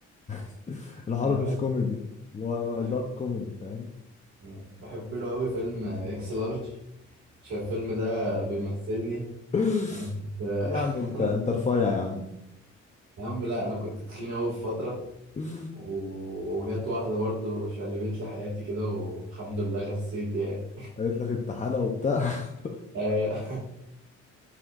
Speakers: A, on the left; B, on the right.
A: <laughs> الحوار
B: انا
A: مش
B: بحب
A: كوميدي اللي هو
B: بحب
A: دارك كوميدي فاهم
B: مم. بحب له قوي فيلم اكس لارج عشان الفيلم ده بيمثلني
A: <laughs>
B: انا كنت
A: يا عم انت انت
B: <laughs>
A: رفيع يا
B: يا عم لا انا كنت تخين اوي في فتره
A: عم
B: و... وجت واحده برضو شقلبت لي حياتي كده والحمد لله خسيت يعني
A: قالت لك انت حالة وبتاع <laughs>
B: <laughs> أيوة.